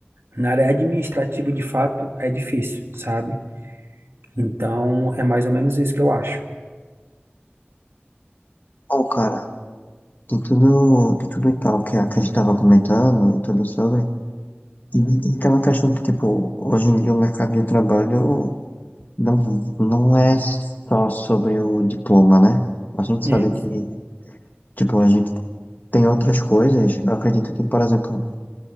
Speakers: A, on the right; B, on the left.
A: na área administrativa, de fato, é difícil, sabe? Então, é mais ou menos isso que eu acho.
B: ó cara, de tudo, de tudo e tal que a, que a gente tava comentando e tudo sobre, e, e aquela questão que, tipo, hoje em dia o mercado de trabalho não, não é só sobre o diploma, né? A gente
A: Isso.
B: sabe que, tipo, a gente tem outras coisas. Eu acredito que, por exemplo,